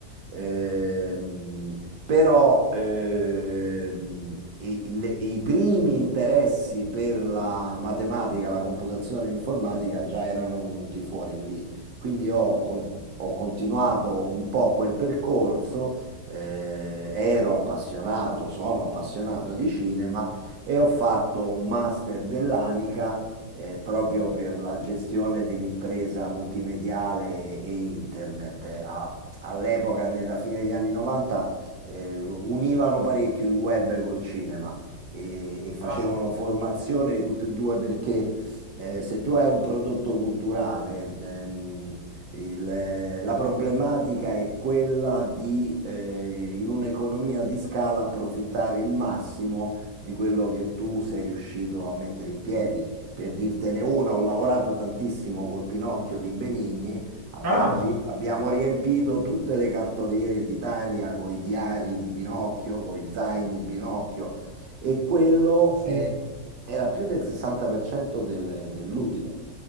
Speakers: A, on the right (about 70°); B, on the right (about 25°).
A: Ehm, però ehm, i, le- i primi interessi per la matematica, la computazione e l'informatica già erano venuti fuori lì. Quindi ho, con- ho continuato un po' quel percorso, eh, ero appassionato, sono appassionato di cinema e ho fatto un master dell'Anica. eh, proprio per la gestione dell'impresa multimediale e internet. Eh, a- all'epoca, nella fine degli anni 90, eh, univano parecchio il web col cinema e, e facevano
B: Fantastico.
A: formazione di tutte e due perché eh, se tu hai un prodotto culturale, ehm, il- la problematica è quella di, eh, in un'economia di scala, approfittare il massimo di quello che tu sei riuscito a mettere in piedi. Per dirtene una, ho lavorato tantissimo col Pinocchio di Benigni Abbiamo,
B: Ah,
A: ri- abbiamo riempito tutte le cartoliere d'Italia con i diari di Pinocchio, con i zaini di Pinocchio e quello
B: sì.
A: è- era più del 60% del- dell'utile.